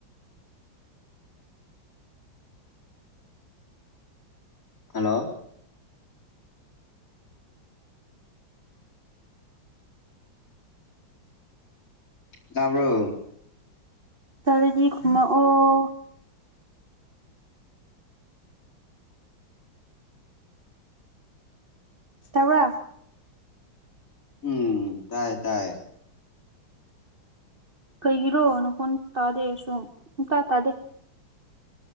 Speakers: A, on the left; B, on the right.
A: ꯍꯂꯣ ꯇꯥꯕ꯭ꯔꯣ
B: ꯇꯔꯗꯤ ꯈꯨꯃ ꯑꯣ ꯇꯧꯔ
A: ꯎꯝ ꯇꯥꯏꯌꯦ ꯇꯥꯏ
B: ꯀꯩꯒꯤꯔꯣ ꯅꯈꯣꯟ ꯇꯥꯗꯦ ꯁꯨꯝ ꯁꯨꯡꯇꯥ ꯇꯥꯗꯦ